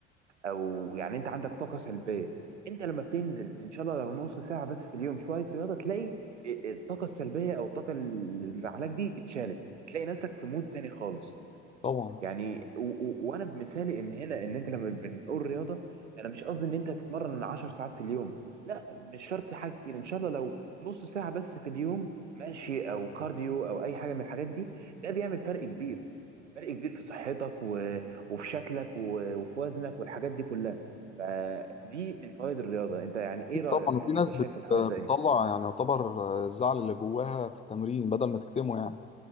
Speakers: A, on the right (about 80°); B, on the left (about 20°).
A: او يعني انت عندك طاقه سلبيه انت لما بتنزل ان شاء الله لو نص ساعه بس في اليوم شويه رياضه تلاقي الطاقه السلبيه او الطاقه اللي مزعلاك دي اتشالت تلاقي نفسك في مود تاني خالص
B: طبعا
A: يعني و و وانا بمثالي ان هنا ان انت لما بن- بنقول رياضه انا مش قصدي ان انت تتمرن 10 ساعات في اليوم لا مش شرط حاجه كتير ان شاء الله لو نص ساعه بس في اليوم ماشي او كارديو او اي حاجه من الحاجات دي ده بيعمل فرق كبير فرق كبير في صحتك و... وفي شكلك و... وفي وزنك والحاجات دي كلها فدي من فوائد الرياضه انت يعني ايه
B: أكيد
A: رايك
B: طبعا وفي
A: يعني
B: ناس
A: انت شايف
B: بت...
A: الحوار ده ايه
B: بتطلع يعني يعتبر آه، الزعل اللي جواها في التمرين بدل ما تكتمه يعني